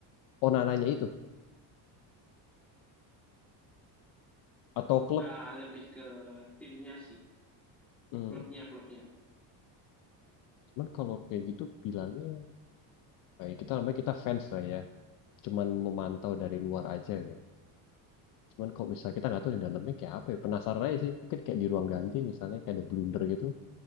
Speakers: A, on the left; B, in the centre.
A: Onananya itu atau klub
B: Ah, lebih ke timnya sih,
A: hmm,
B: klubnya klubnya.
A: cuman kalau kayak gitu bilangnya eh, kita namanya kita fans lah ya cuman memantau dari luar aja ya cuman kalau misalnya kita nggak tahu di dalamnya kayak apa ya penasaran aja sih mungkin kayak di ruang ganti misalnya kayak ada blunder gitu